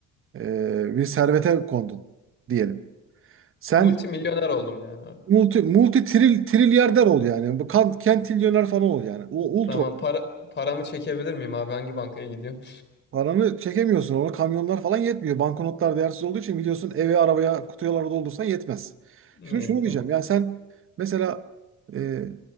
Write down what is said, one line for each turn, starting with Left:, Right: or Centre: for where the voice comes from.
Right: e, bir servete kondun diyelim. Sen
Left: Multimilyoner oldum yani abi.
Right: multi multi tril trilyarder ol yani. Bu kan- kentilyoner falan ol yani. U- Ultra.
Left: Tamam para, paramı çekebilir miyim abi? Hangi bankaya gidiyorum?
Right: Paranı çekemiyorsun. Ona kamyonlar falan yetmiyor. Banknotlar değersiz olduğu için biliyorsun eve, arabaya, kutuyalara doldursan yetmez.
Left: <laughs> İyi
Right: Şimdi şunu
Left: tamam.
Right: diyeceğim. Yani sen mesela e,